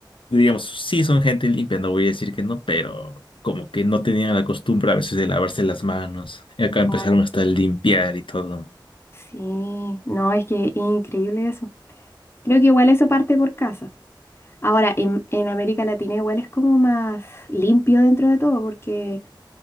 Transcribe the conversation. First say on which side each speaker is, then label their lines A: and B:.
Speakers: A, on the left (about 85°); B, on the left (about 30°).
A: digamos, sí son gente limpia, no voy a decir que no, pero como que no tenían la costumbre a veces de lavarse las manos. Y acá empezaron
B: Claro.
A: hasta a limpiar y todo.
B: Sí, no, es que es increíble eso. Creo que igual eso parte por casa. Ahora, en, en América Latina igual es como más limpio dentro de todo porque,